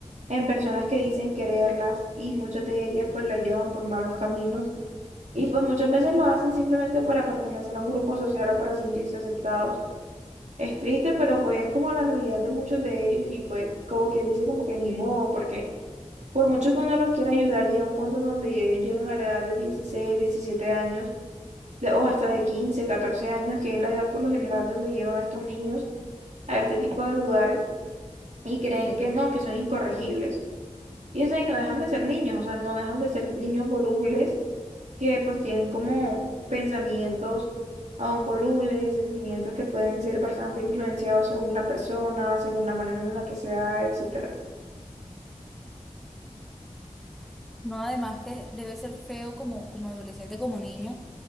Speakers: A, on the right (about 70°); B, in the centre.
A: en personas que dicen quererlas y muchas de ellas pues la llevan por malos caminos. Y pues muchas veces lo hacen simplemente para pertenecer a un grupo social o para sentirse aceptados. Es triste, pero pues es como la realidad de muchos de ellos y pues como quien dice como que ni modo, porque por mucho que uno los quiera ayudar, llega un punto en donde ya ellos llegan a la edad de 16 17 años, de- o hasta de 15 14 años, que es la edad por lo general donde llevan a estos niños a este tipo de lugares y creen que no, que son incorregibles. Y es ahí, no dejan de ser niños, o sea, no dejan de ser niños volubles que pues tienen como pensamientos aún volubles, sentimientos que pueden ser bastante influenciados según la persona, según la manera en la que sea, etcétera.
B: No, además que debe ser feo como, como adolescente, como niño,